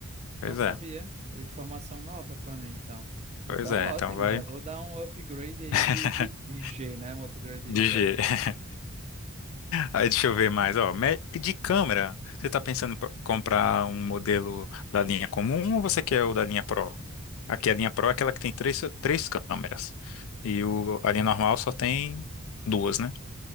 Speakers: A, on the right; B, on the left.
A: não
B: Pois
A: sabia.
B: é.
A: É Informação nova para mim, então.
B: Pois
A: Então,
B: é,
A: ótimo,
B: então vai
A: já vou dar um upgrade aí
B: <laughs>
A: de, de, de G, né? Um upgrade de
B: de
A: gigabytes.
B: G. <laughs> Aí deixa eu ver mais, ó, me- de câmera, você tá pensando em pro- comprar um modelo da linha comum ou você quer o da linha Pro? Aqui a linha Pro é aquela que tem três, três câmeras. E o, a linha normal só tem duas, né?